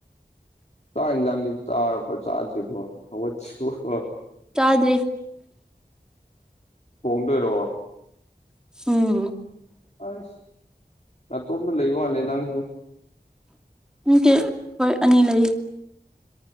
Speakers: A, on the left; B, in the centre.
A: ꯆꯥꯛ ꯏꯟꯖꯥꯡꯗꯤ ꯆꯥꯔꯕꯣ ꯆꯥꯗ꯭ꯔꯤꯕꯣ ꯍꯧꯒꯠꯇꯔꯤꯕꯣ
B: ꯆꯥꯗ꯭ꯔꯤ
A: ꯍꯣꯡꯗꯣꯏꯔꯣ
B: ꯎꯝ
A: ꯑꯁ ꯅꯇꯣꯝꯇ ꯂꯩ ꯃꯥꯜꯂꯦ ꯅꯪꯖꯦ
B: ꯅꯠꯇꯦ ꯑꯩꯈꯣꯏ ꯑꯅꯤ ꯂꯩ